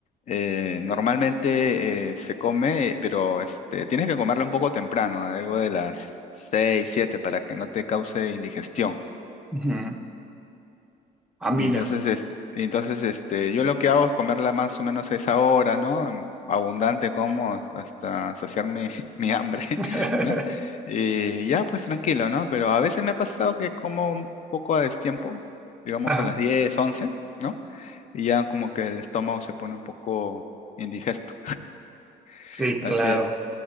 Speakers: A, on the left; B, in the centre.
A: Eh, normalmente eh, se come, eh, pero este, tienes que comerla un poco temprano, algo de las 6, 7, para que no te cause indigestión.
B: Ujú. Ah, mira.
A: Y entonces, es- y entonces este, yo lo que hago es comerla más o menos a esa hora, ¿no? Em, Abundante como has- hasta saciar mi, <laughs> mi hambre,
B: <laughs>
A: <laughs> ¿no? Y ya, pues tranquilo, ¿no? Pero a veces me ha pasado que como un poco a destiempo, digamos
B: Ajá.
A: a las diez once ¿no? Y ya como que el estómago se pone un poco indigesto.
B: Sí,
A: <laughs>
B: claro.
A: Así es.